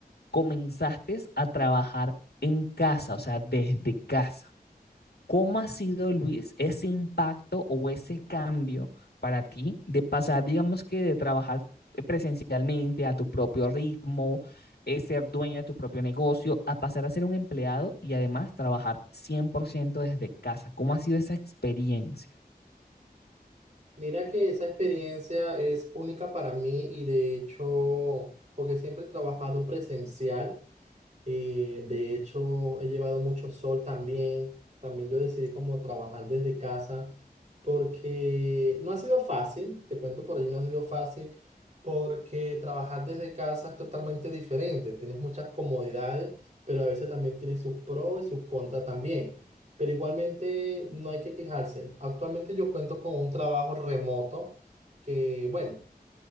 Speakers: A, on the left (about 80°); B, on the right (about 45°).
A: comenzaste a trabajar en casa, o sea, desde casa. ¿Cómo ha sido, Luis, ese impacto o ese cambio para ti de pasar, digamos que de trabajar presencialmente a tu propio ritmo, eh, ser dueño de tu propio negocio, a pasar a ser un empleado y además trabajar 100% desde casa? ¿Cómo ha sido esa experiencia?
B: Mira que esa experiencia es única para mí y de hecho, porque siempre he trabajado presencial. Eh, de hecho, he llevado mucho sol también. También yo decidí como trabajar desde casa porque no ha sido fácil, te cuento por allí, no ha sido fácil porque trabajar desde casa es totalmente diferente. Tienes muchas comodidades, pero a veces también tiene sus pros y sus contras también. Pero igualmente no hay que quejarse. Actualmente yo cuento con un trabajo remoto que, bueno,